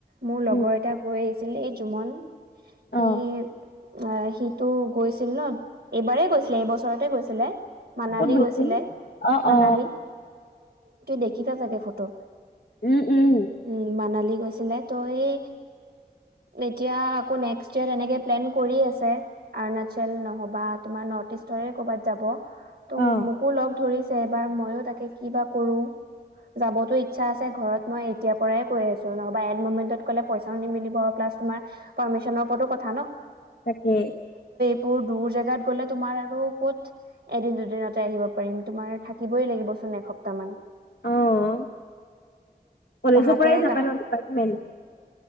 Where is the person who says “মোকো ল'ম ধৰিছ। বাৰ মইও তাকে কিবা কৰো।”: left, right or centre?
Right